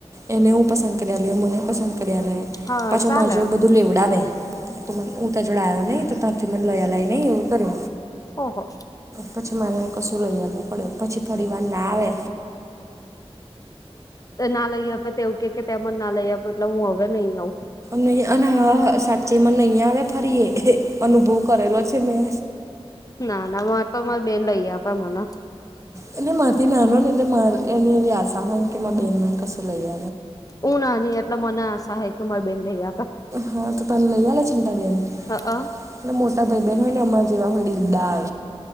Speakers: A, on the right; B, on the left.
A: એને હું પસંદ કર્યાલ એ મને પસંદ કર્યા લે.
B: હા
A: પાછું
B: ચાલે
A: મારી જોડે બધું લેવડાવે તો હું તારે જોડે આવ્યો નહી પછી મને લયાએ લઇ નહી એવું કરે.
B: ઓહો.
A: પછી મારે કશું લઈ આવવું પડે પછી ફરીવાર ના આવે.
B: ના લઈ આપે તેવું કે કે ત્યાં મ ના લઈ આપે એટલે હું હવે નહી આવું.
A: નહી અને હા સાચેમાં નહીં આવે ફરી એ અનુભવ કરેલો છે મેં.
B: ના ના મો તો બેન લઈ આપે મને.
A: એટલે માથી નાનો ને એટલે મા એને એવી આશા હોય ને કે બેહેન મ કશું લઈ
B: ઉ નાનો એટલે મન આશા હે કે મન બેન લય આપે.
A: હા તો તને લઈ આ લે છે ને તાર બેેન.
B: હ
A: એટલે મોટા ભાઈ બહેન હોય ને અમાર જેવા હોય દિલદાર.